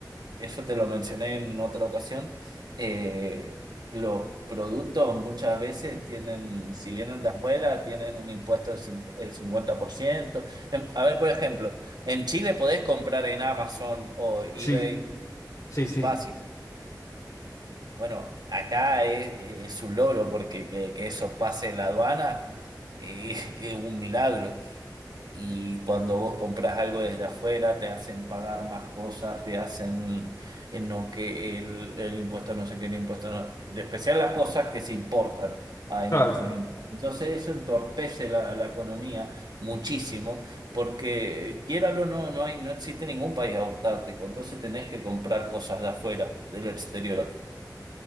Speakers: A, on the right; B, on the left.
A: eso te lo mencioné en otra ocasión. eh, los productos muchas veces tienen, si vienen de afuera, tienen un impuesto del cin- el 50%. En- a ver, por ejemplo, en Chile podés comprar en Amazon o eBay
B: Sí, sí, sí,
A: fácil. Bueno, acá es, es un logro porque que, que eso pase la aduana eh, <laughs> es un milagro. Y cuando vos compras algo desde afuera, te hacen pagar más cosas, te hacen en no que el, el impuesto no sé qué, el impuesto no- de especial las cosas que se importan. Hay
B: claro.
A: muchos impuestos. Entonces eso entorpece la, la economía muchísimo, porque quiéralo o no, no hay, no existe ningún país autárquico, entonces tenés que comprar cosas de afuera, del exterior.